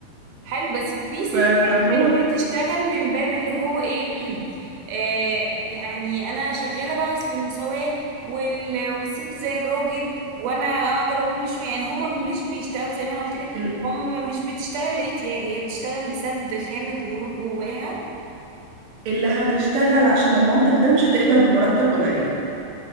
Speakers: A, on the right; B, on the right.
A: حلو بس في ستات
B: ف- فهو
A: بت-
B: فكرة
A: بتشتغل من باب اللي هو ايه <clears throat> آه يعني انا شغاله بقى اصل المساواه وال- والست زي الراجل وانا اقدر اقوم بشويه يعني هما مش بيشتغلوا زي ما انا قلت لك
B: ال-
A: هما مش بتشتغل لاحتياج هي بتشتغل لسد خانه غرور جواها
B: اللي هتشتغل عشان المنطق ده مش هتقبل بمرتب قليل